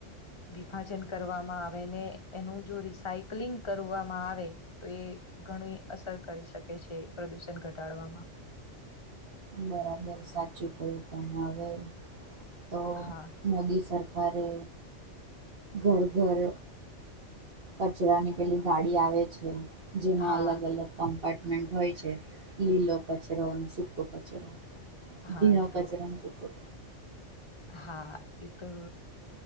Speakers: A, on the left; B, on the right.
A: વિભાજન કરવામાં આવે ને એનું જો રિસાયકલિંગ કરવામાં આવે તો એ ઘણું અસર કરી શકે છે પ્રદુષણ ઘટાડવામાં
B: બરાબર સાચું કયું તમે હવે તો
A: હા
B: મોદી સરકારે ઘર ઘર કચરાની પેલી ગાડી આવે છે. જેમાં
A: હા
B: અલગ અલગ કમ્પાર્ટમેન્ટ હોય છે લીલો કચરો અને સૂકો કચરો
A: હા
B: ભીનો
A: એ તો
B: કચરણ શું કર
A: હા એ તો